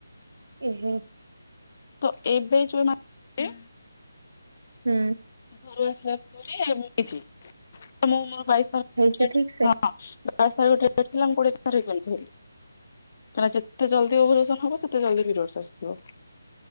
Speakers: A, on the right; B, on the left.
A: ଏ ହେ।
B: ତ ଏବେ ଯୋଉ ମାସେ
A: ହୁଁ।
B: ଘରୁ ଆସିଲା ପରେ ଆମେ ହେଇଛି ମୁଁ ମୋ ଭାଇସ୍ ତରଫରୁ
A: ହେଇଛି ଠିକ ସେ
B: ହଁ ଆର ମାସରେ ଗୋଟେ ଡେଟ୍ ଥିଲା ମୁଁ କୋଡ଼ିଏ ତାରିଖ କେମିତି ହେଲା ବୋଲି କାହିଁକିନା ଯେତେ ଜଲ୍ଦୀ ଓଭ୍ୟୁଲେସନ୍ ହବ ସେତେ ଜଲ୍ଦୀ ପିରିଅଡଶ୍ ଆସିଥିବ।